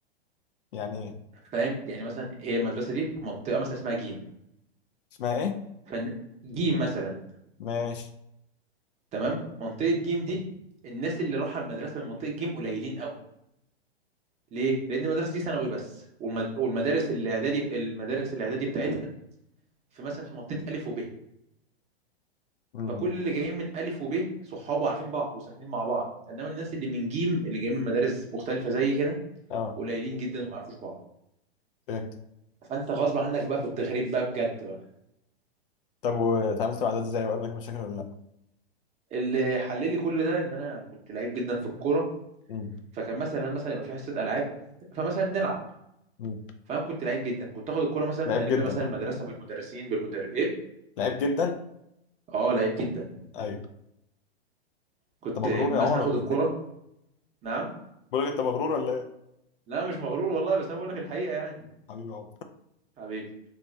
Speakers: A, on the left (about 55°); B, on the right (about 20°).
A: يعني ايه
B: فاهم يعني مثلا هي المدرسه دي في منطقه مثلا اسمها جيم
A: اسمها ايه
B: فجيم مثلا
A: ماشي
B: تمام منطقه جيم دي الناس اللي راحوا المدرسه من منطقه جيم قليلين قوي ليه لان المدرسه دي ثانوي بس والمد... والمدارس الاعدادي المدارس الاعدادي بتاعتها في مثلا في منطقه الف وب
A: امم
B: فكل اللي جايين من ألف وب صحابه عارفين بعض وساكنين مع بعض إنما الناس اللي من جيم اللي جايين من مدارس مختلفة زي كده
A: اه
B: قليلين جدا وما يعرفوش بعض
A: فهمت
B: فأنت غصب عنك بقى كنت غريب بقى بجد بقى
A: طب واتعاملت مع ده ازاي وقابلك مشاكل ولا لا
B: اللي حللي كل ده إن أنا كنت لعيب جدا في الكورة
A: امم
B: فكان مثلا مثلا يبقى في حصة ألعاب فمثلا نلعب
A: امم
B: فأنا كنت لعيب جدا كنت آخد الكورة مثلا
A: لعيب
B: ألم
A: جدا
B: مثلا
A: اه
B: المدرسة بالمدرسين بالمدر إيه
A: لعيب جدا
B: أه لعيب جدا
A: ايوه
B: كنت
A: انت مغرور يا عمر
B: مثلا آخد
A: ولا
B: الكورة
A: ايه
B: نعم
A: <laughs> بقول لك انت مغرور ولا ايه
B: لا مش مغرور والله بس أنا بقول لك الحقيقة يعني
A: حبيبي يا عمر
B: حبيبي